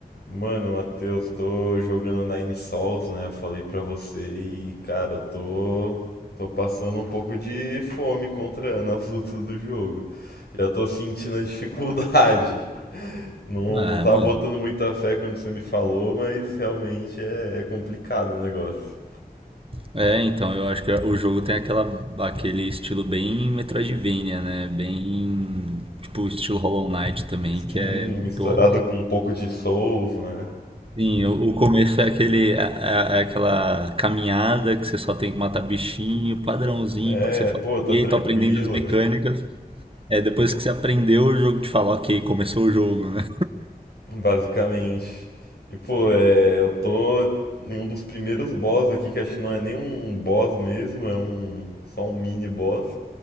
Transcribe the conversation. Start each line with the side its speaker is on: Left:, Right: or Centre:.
Left: Mano, Matheus, tô jogando Nine Sols, né? Eu falei pra você e, cara, eu tô, tô passando um pouco de fome contra nas lutas do jogo. Já tô sentindo a dificuldade. <laughs> Não,
Right: Ah,
Left: não tava
Right: mano.
Left: botando muita fé quando você me falou, mas realmente é, é complicado o negócio.
Right: É, então, eu acho que o jogo tem aquela, aquele estilo bem Metroidvania, né? Bem, tipo, estilo Hollow Knight também,
Left: Sim,
Right: que é,
Left: misturado
Right: pô,
Left: com um pouco de Souls, né?
Right: sim, o, o começo é aquele, é, é- é aquela caminhada que você só tem que matar bichinho, padrãozinho,
Left: É,
Right: porque você fala,
Left: pô, tá
Right: ok,
Left: tranquilo.
Right: tô aprendendo as mecânicas. É, depois que você aprendeu, o jogo te fala, ok, começou o jogo, né?
Left: Basicamente. E, pô, é, eu tô em um dos primeiros boss aqui, que acho que não é nem um boss mesmo, é um só um mini boss.